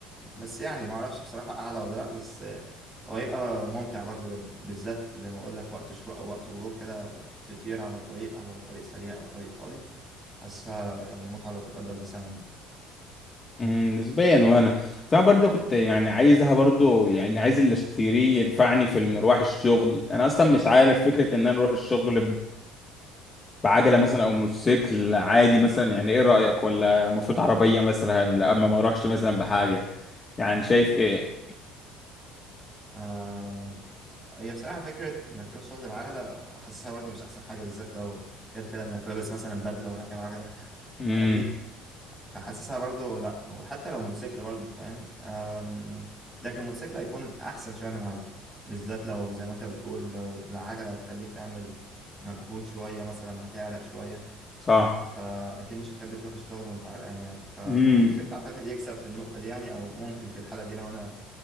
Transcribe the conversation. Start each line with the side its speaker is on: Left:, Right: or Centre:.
Centre: بس يعني ما اعرفش بصراحه اعلى ولا لا بس هو هيبقى ممتع برضو جدا بالذات زي ما اقول لك وقت شروق او وقت غروب كده تطير على طريق او طريق سريع او طريق فاضي حاسها يعني متعه لا تقدر بثمن يعني
Left: مم، نسبيا وأنا بس أنا برضه كنت يعني عايزها برضه يعني عايز اللي أشتريه ينفعني في المروح الشغل أنا أصلا مش عارف فكرة إن أنا أروح الشغل بعجلة مثلا أو موتوسيكل عادي مثلا يعني إيه رأيك ولا المفروض عربية مثلا لما ما أروحش مثلا بحاجة يعني شايف إيه؟
Centre: آه هي بصراحه فكره انك تروح شغل بعجله حاسسها برضو مش احسن حاجه بالذات لو تخيل كده انك لابس مثلا بدله وراكب عجله <laughs>
Left: امم
Centre: فاهمني فحاسسها برضو لا وحتى لو موتوسيكل برضو فاهم أم، لكن موتوسيكل هيكون احسن شويه من العجل بالذات لو زي ما انت بتقول لو العجله هتخليك تعمل مجهود شويه مثلا هتعرق شويه
Left: صح
Centre: فاكيد مش هتحب تروح الشغل وانت عرقان يعني فموتوسيكل
Left: امم
Centre: اعتقد يكسب في النقطه دي يعني او ممكن في الحاله دي لو انا